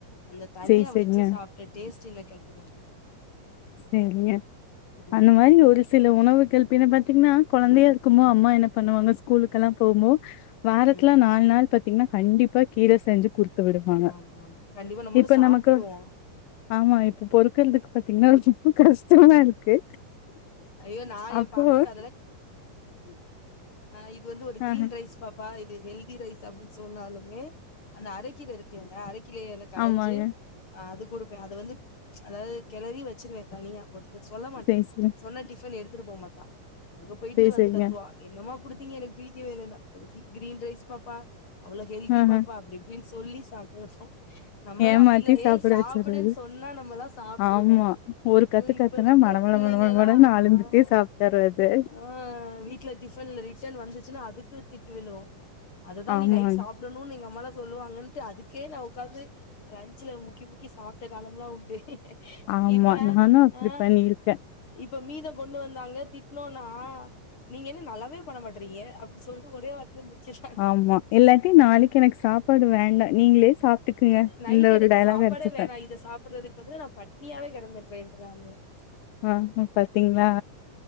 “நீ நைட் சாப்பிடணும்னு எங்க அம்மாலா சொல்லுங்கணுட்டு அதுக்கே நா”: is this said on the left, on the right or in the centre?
Left